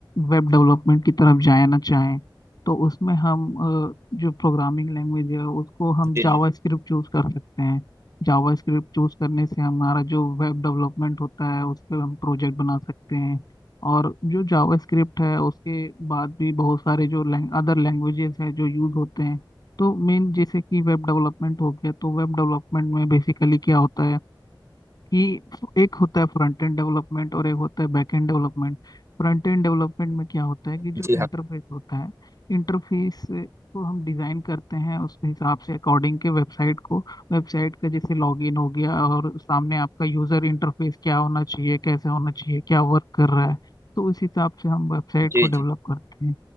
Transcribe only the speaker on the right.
जी
जी
जी
हाँ
जी
जी